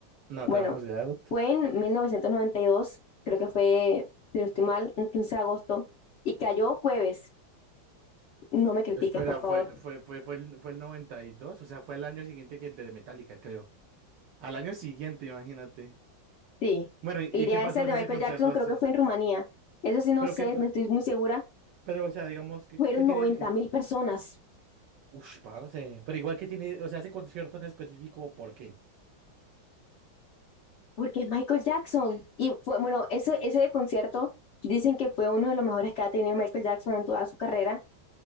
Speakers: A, on the right (about 70°); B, on the left (about 60°).
A: no
B: Bueno,
A: te va a juzgar. <laughs>
B: fue en 1992 creo que fue, si no estoy mal, un 15 de agosto, y cayó jueves. No me critiques,
A: Espera,
B: por favor.
A: fue, fue, fue, fue el, fue el 92, o sea, fue al año siguiente que el de Metallica, creo. Al año siguiente, imagínate.
B: Sí,
A: Bueno, ¿y,
B: iría
A: y qué pasó
B: ese el
A: en
B: de Michael
A: ese concierto
B: Jackson, creo
A: así?
B: que fue en Rumanía. Eso sí, no
A: Pero
B: sé,
A: que,
B: no estoy muy segura.
A: pero, o sea, digamos, ¿qué,
B: Fueron
A: qué tiene?
B: noventa mil personas,
A: Ush, parce. Pero igual que tiene, o sea, ese concierto en específico, ¿por qué?
B: porque es Michael Jackson. Y fue, bueno, ese, ese concierto dicen que fue uno de los mejores que ha tenido Michael Jackson en toda su carrera